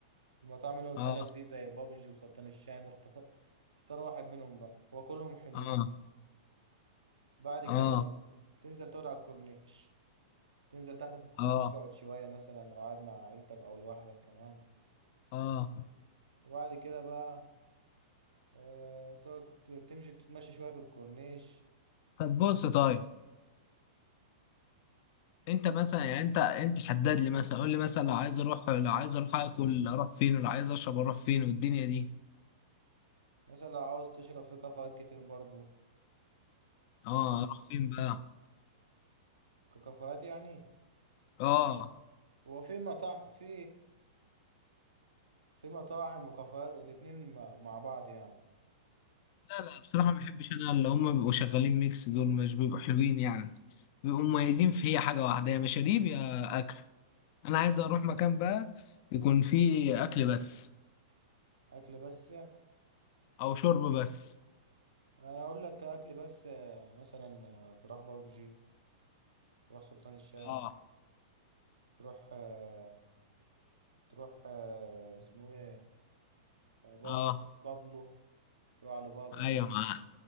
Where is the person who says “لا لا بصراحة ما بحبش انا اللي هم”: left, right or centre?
Left